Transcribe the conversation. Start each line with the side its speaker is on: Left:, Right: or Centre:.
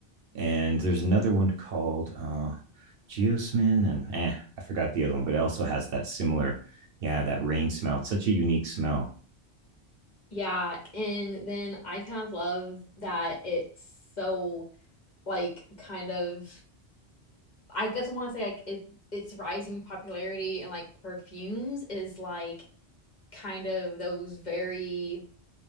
Right: And there's another one called uh, Geosmin and eh, I forgot the other one, but it also has that similar, yeah, that rain smell. It's such a unique smell.
Left: Yeah, and then I kind of love that it's so like kind of I guess I want to say like it its rising popularity and like perfumes is like kind of those very